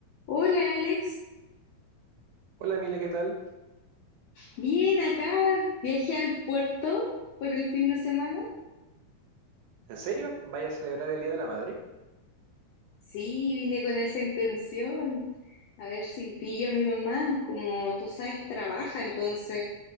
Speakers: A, on the left; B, on the right.
A: Hola Alex,
B: Hola Emilia, ¿qué tal?
A: bien acá, viajé al puerto por el fin de semana.
B: ¿En serio? ¿Vaya a celebrar el Día de la Madre?
A: Sí, vine con esa intención, a ver si pillo a mi mamá, como tú sabes, trabaja, entonces